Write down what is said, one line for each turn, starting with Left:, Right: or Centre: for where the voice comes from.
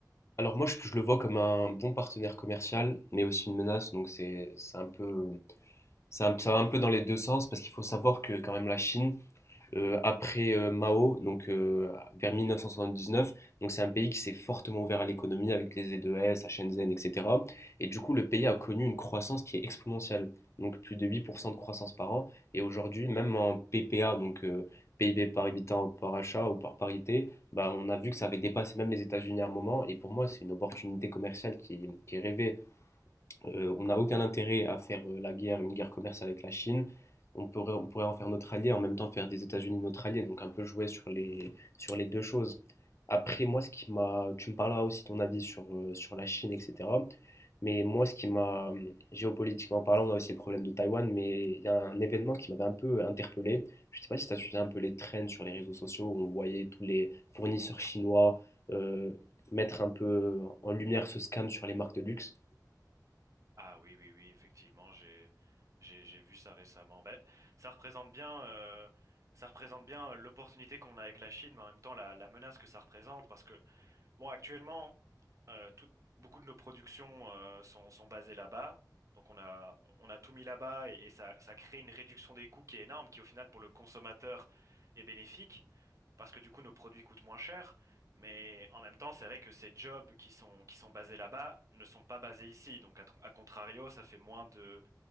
Left: Alors moi, je, je le vois comme un bon partenaire commercial, mais aussi une menace. Donc c'est c'est un peu, c'est un- ça va un peu dans les deux sens parce qu'il faut savoir que quand même la Chine, euh, après euh, Mao, donc euh, vers 1979. Donc c'est un pays qui s'est fortement ouvert à l'économie avec les E2S, à Shenzhen, etc. Et du coup, le pays a connu une croissance qui est exponentielle, donc plus de 8% de croissance par an. Et aujourd'hui, même en PPA, donc euh, PIB par habitant par achat ou par parité, bah, on a vu que ça avait dépassé même les États-Unis à un moment. Et pour moi, c'est une opportunité commerciale qui, qui est rêvée euh, on n'a aucun intérêt à faire euh, la guerre, une guerre commerciale avec la Chine. On pourrait, on pourrait en faire notre allié, en même temps faire des États-Unis notre allié, donc un peu jouer sur les, sur les deux choses. Après, moi, ce qui m'a, tu me parleras aussi ton avis sur, euh, sur la Chine, etc. Mais moi, ce qui m'a, géopolitiquement parlant, on a aussi le problème de Taïwan, mais il y a un événement qui m'avait un peu interpellé. Je ne sais pas si tu as suivi un peu les trends sur les réseaux sociaux où on voyait tous les fournisseurs chinois euh, mettre un peu en lumière ce scam sur les marques de luxe.
Right: Ah oui, oui, oui, effectivement, j'ai, j'ai, j'ai vu ça récemment. Ben, ça représente bien, euh, ça représente bien l'opportunité qu'on a avec la Chine, mais en même temps la, la menace que ça représente, parce que Bon, actuellement, euh, tout- beaucoup de nos productions euh, sont, sont basées là-bas. Donc on a, on a tout mis là-bas et, et ça, ça crée une réduction des coûts qui est énorme, qui au final pour le consommateur est bénéfique, parce que du coup nos produits coûtent moins cher. Mais en même temps, c'est vrai que ces jobs qui sont, qui sont basés là-bas ne sont pas basés ici. Donc à, tr- à contrario, ça fait moins de,